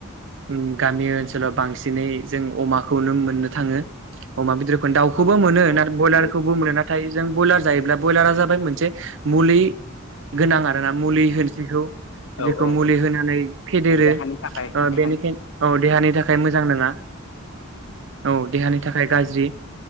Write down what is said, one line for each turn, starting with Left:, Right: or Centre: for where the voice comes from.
Right: ओम गामि ओनसोलाव बांसिनै जों अमाखौनो मोननो थाङो अमा बेदर दाउखौबो
Left: औ
Right: मोनो
Left: औ औ
Right: ना ब्रयलार
Left: नंगौ
Right: खौबो मोनो ना नाथाय जों ब्रयलार जायोब्ला ब्रयलारा जाबाय मोनसे मुलि गोनां आरोना मुलि होनसैखौ
Left: औ औ
Right: जेखौ
Left: औ
Right: मुलि
Left: औ
Right: होनानै फेदेरो
Left: देहानि थाखाय
Right: ओ
Left: देहानि
Right: बेनिखाय औ देहानि थाखाय मोजां नङा औ देहानि थाखाय गाज्रि